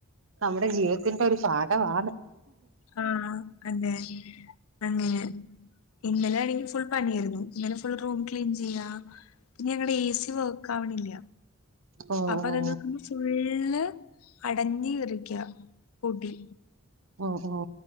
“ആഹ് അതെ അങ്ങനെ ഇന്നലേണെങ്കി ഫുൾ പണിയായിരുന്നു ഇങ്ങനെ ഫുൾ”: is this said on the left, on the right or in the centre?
Left